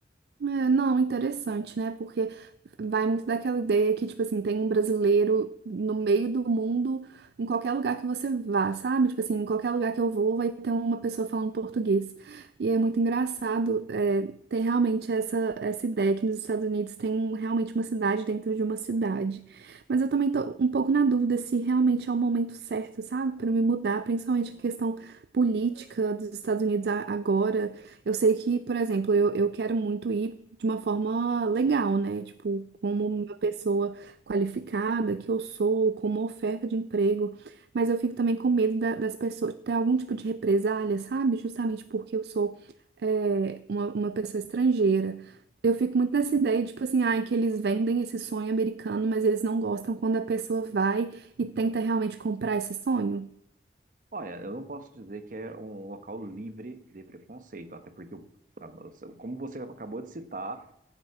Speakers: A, on the right; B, on the right.
A: É, não, interessante, né? Porque vai muito daquela ideia que, tipo assim, tem um brasileiro no meio do mundo, em qualquer lugar que você vá, sabe? Tipo assim, em qualquer lugar que eu vou, vai ter uma pessoa falando português. E é muito engraçado, é, ter realmente essa, essa ideia que nos Estados Unidos tem um- realmente uma cidade dentro de uma cidade. Mas eu também tô um pouco na dúvida se realmente é o momento certo, sabe? Para me mudar, principalmente a questão política dos Estados Unidos a- agora. Eu sei que, por exemplo, eu, eu quero muito ir de uma forma legal, né? Tipo, como uma pessoa qualificada que eu sou, como oferta de emprego. Mas eu fico também com medo da- das pessoas ter algum tipo de represália, sabe? Justamente porque eu sou, é, uma, uma pessoa estrangeira. Eu fico muito nessa ideia, tipo assim, ai, que eles vendem esse sonho americano, mas eles não gostam quando a pessoa vai e tenta realmente comprar esse sonho.
B: Olha, eu não posso dizer que é um local livre de preconceito, até porque, o- a nossa- como você acabou de citar,